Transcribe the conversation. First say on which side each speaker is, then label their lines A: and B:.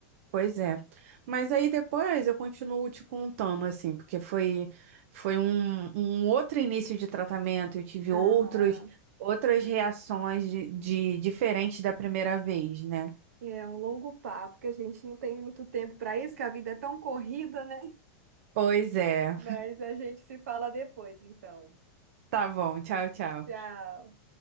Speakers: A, on the right; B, on the right.
A: pois é. Mas aí depois eu continuo te contando, assim, porque foi, foi um, um outro início de tratamento, eu tive
B: Aham.
A: outros, outras reações de, de diferentes da primeira vez, né?
B: É um longo papo, que a gente não tem muito tempo para isso, que a vida é tão corrida, né?
A: Pois é.
B: Mas a gente se fala depois, então.
A: Tá bom, tchau, tchau.
B: Tchau.